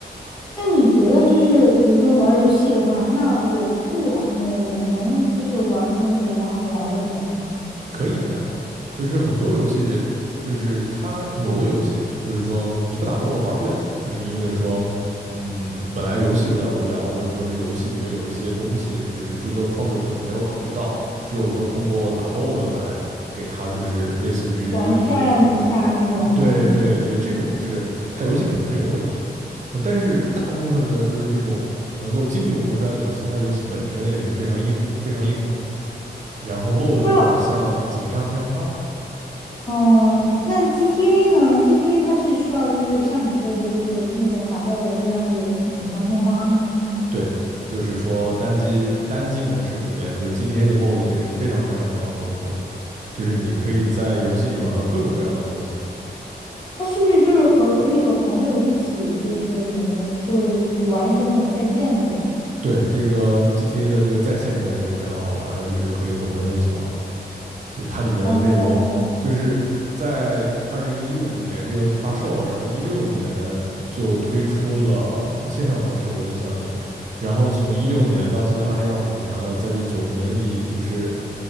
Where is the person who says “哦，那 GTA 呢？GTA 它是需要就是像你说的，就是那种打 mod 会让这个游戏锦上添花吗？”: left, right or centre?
Left